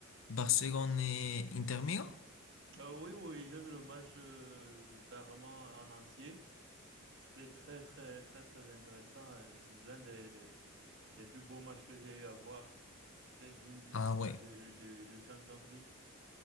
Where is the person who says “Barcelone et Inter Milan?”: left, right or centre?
Left